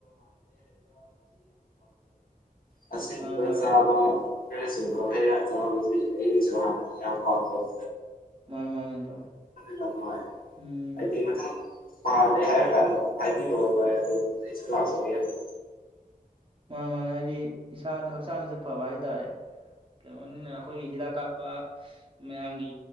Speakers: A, on the left; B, on the right.
A: ꯑꯥꯁꯤꯟꯕ
B: ꯃꯥꯅꯤ ꯃꯥꯅꯤ
A: ꯆꯥꯕꯥ ꯐꯔ꯭ꯦꯁ ꯑꯣꯏꯕ ꯍꯩ ꯔꯥ ꯆꯕꯁꯤ ꯑꯩꯅꯥꯁꯨ ꯍꯥꯅꯗꯩꯩ ꯌꯥꯝ ꯄꯥꯝꯖꯕ
B: ꯃꯥꯅꯤ ꯃꯥꯅꯤ ꯏꯇꯥꯎ
A: ꯌꯥꯝ ꯅꯨꯡꯉꯥꯏ
B: ꯎꯝ
A: ꯍꯥꯏꯗꯤ ꯃꯊꯪ ꯄꯥꯜꯂꯦ ꯍꯥꯏꯔ ꯀꯥꯟꯗ ꯍꯥꯏꯕꯤꯔꯛꯑꯣ ꯚꯏ ꯑꯗꯨ ꯑꯩꯁꯨ ꯂꯥꯛꯆꯒꯦ ꯑꯗꯨꯝ
B: ꯃꯥꯅꯤ ꯃꯥꯅꯤ ꯍꯥꯏꯗꯤ ꯏꯁꯥꯗ ꯍꯛꯆꯥꯡꯗꯁꯨ ꯐꯕ ꯍꯥꯏ ꯇꯥꯔꯦ ꯀꯩꯅꯣꯅꯤꯅ ꯑꯩꯈꯣꯏꯒꯤ ꯍꯤꯗꯥꯛ ꯀꯥꯞꯄ ꯃꯌꯥꯝꯒꯤ